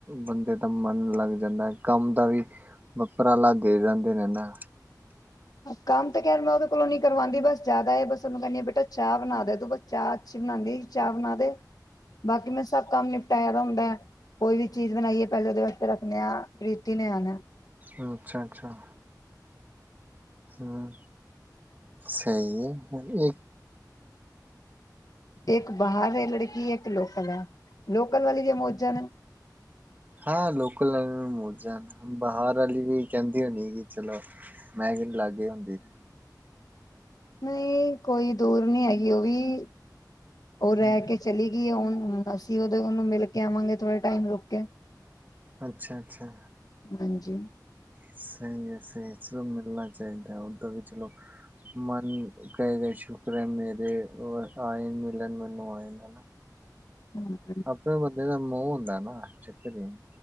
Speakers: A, on the right; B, on the left.
A: ਬੰਦੇ ਦਾ ਮਨ ਲੱਗ ਜਾਂਦਾ ਹੈ। ਕੰਮ ਦਾ ਵੀ ਉਪਰਾਲਾ ਦੇ ਜਾਂਦੇ ਨੇ ਨਾ।
B: ਕੰਮ ਤਾਂ ਉਹਦੇ ਕੋਲੋਂ ਨੀ ਕਰਵਾਉਦੀ ਬਸ ਜ਼ਿਆਦਾ ਏ ਬਸ ਉਹਨੂੰ ਕਹਿੰਦੀ ਬੇਟਾ ਚਾਹ ਬਣਾ ਦੇ ਤੇ ਬਸ ਚਾਹ ਅੱਛੀ ਬਣਾਉਂਦੀ ਚਾਹ ਬਣਾ ਦੇ। ਬਾਕੀ ਮੈਂ ਸਭ ਕੰਮ ਨਿਪਟਾਇਆ ਵਾ ਹੁੰਦਾ ਹੈ ਕੋਈ ਵੀ ਚੀਜ ਬਣਾਈਏ ਪਹਿਲੇ ਉਹਦੇ ਵਾਸਤੇ ਰੱਖਦੇ ਆ ਪ੍ਰੀਤੀ ਨੇ ਆਣਾ।
A: ਉਹ ਅੱਛਾ-ਅੱਛਾ। ਸੋ, ਸਹੀ ਏ ਹੁਣ ਇਹ।
B: ਇੱਕ ਬਾਹਰ ਏ ਲੜਕੀ, ਇੱਕ ਲੋਕਲ ਆ। ਲੋਕਲ ਵਾਲੀ ਜੇ ਮੌਜਾਂ ਨੇ।
A: ਹਾਂ ਲੋਕਲ ਨੂੰ ਵੀ ਮੌਜੂਦ ਨੇ, ਬਾਹਰ ਵਾਲੀ ਵੀ ਕਹਿੰਦੀ ਹੋਣੀ ਕਿ ਚਲੋ। ਮਹਿੰਗੀ ਨੀ ਲੱਗ ਜਾਂਦੀ।
B: ਨਹੀਂ ਕੋਈ ਦੂਰ ਨਹੀਂ ਹੈਗੀ ਉਹ ਵੀ, ਉਹ ਰਹਿ
A: ਹਮ,
B: ਕੇ ਚਲੀ ਗਈ ਏ, ਬਸ ਅਸੀ ਉਹੋ ਉਹਨੂੰ ਮਿਲ ਆਵਾਂਗੇ ਥੋੜੇ ਟਾਈਮ ਰੁਕ ਕੇ।
A: ਅੱਛਾ-ਅੱਛਾ।
B: ਹਾਂਜੀ।
A: ਸਹੀ ਆ ਸਹੀ ਚਲੋ ਮਿਲਣਾ ਚਾਹੀਦਾ ਉੱਦਾਂ ਵੀ ਚਲੋ ਮਨ ਕਹੇਗਾਏ ਸ਼ੁਕਰ ਏ ਮੇਰੇ ਆਏ ਮਿਲਣ ਮੈਨੂੰ ਆਏ ਹਨਾ।
B: ਹਮ।
A: ਆਪਣੇ ਬੰਦੇ ਦਾ ਮੋਹ ਹੁੰਦਾ ਨਾ, ਚੱਕਰ ਹੀ ਨੀ।